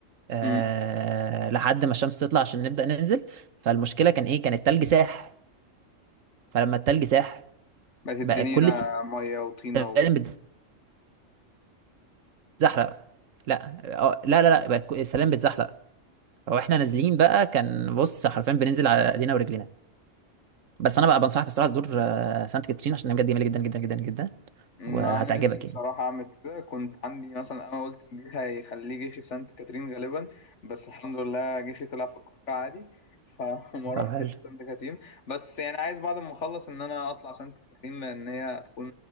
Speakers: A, on the right; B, on the left.
A: آه
B: امم
A: لحد ما الشمس تطلع عشان نبدأ ننزل فالمشكلة كان ايه كان التلج ساح فلما التلج ساح
B: بقت الدنيا
A: بقى كل
B: مية وطينة
A: السلالم
B: و...
A: بتزحلق لا آه، لا لا لا بقى كو- السلالم بتزحلق فاحنا نازلين بقى كان بص حرفيا بننزل على ايدينا ورجلينا بس انا بقى بنصحك الصراحة تزور آه، سانت كاترين عشان هي بجد جميلة جدا جدا جدا جدا
B: ما
A: وهتعجبك
B: أنا نفسي بصراحة
A: يعني
B: أعمل كده كنت عندي مثلا أنا قلت الجيش هيخليه جيشي في سانت كاترين غالبا بس الحمد لله جيشي طلع في القاهرة عادي <laughs> فما رحتش
A: طب حلو
B: سانت كاترين بس يعني عايز بعد ما أخلص إن أنا أطلع سانت كاترين لأن هي هتكون